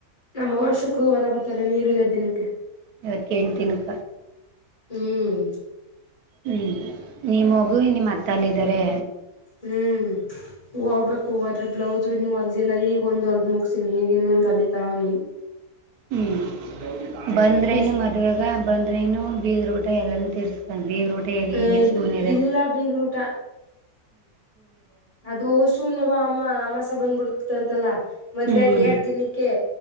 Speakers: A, on the left; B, on the right.
A: ನಮ್ಮ್ ಅವ್ವ ಶುಕ್ರವಾರ ಬರ್ತಾರೆ ನೀರು ಉಯೋ ದಿನಕ್ಕೆ
B: ಇವತ್ತ ಎಂಟು ದಿನಕ
A: ಹ್ಮ್
B: ಹ್ಮ್ ನೀ ಮಗು ನಿಮ್ಮತ್ತಲ್ಲ ಇದಿದಾರೆ
A: ಹ್ಮ್ ಹೋಗ್ಬೇಕು ಹೋದ್ರೆ ಬ್ಲೌಸ್ ಇನ್ನು ಹೋಳಿದಿಲ್ಲ ಈಗ ಒಂದು ಹೊಳ್ದು ಮುಗಸಿನಿ ಈಗ ಇನ್ನು ಒಂದ್ ಹೊಳಿತಾವ್ನಿ
B: ಹ್ಮ್ ಬಂದ್ರೇನು
A: ಎಷ್ಟ್
B: ಮದ್ವೆಗ ಬಂದ್ರೆನು ಬೀಗಾರ ಊಟ ಎಲ್ಲಾನ ತರ್ಸ್ಕು ಬೀಗರ ಊಟ ಈಗೆಲ್ಲಿ
A: ಆ,
B: <inaudible> ಸುಮ್ನಿರೇ
A: ಇಲ್ಲ ಬೀಗ್ರೂಟ ಅದು ಶೂನ್ಯವ ಅಮ್ಮ ಅಮಾವಾಸ್ಯ ಬಂದ್ಬಿಡ್ತ ಅಂತಲ್ಲಾ ಮದ್ವೆ
B: ಹ್ಮ್
A: ಅದ್ ಎರಡ್ ದಿನಕ್ಕೆ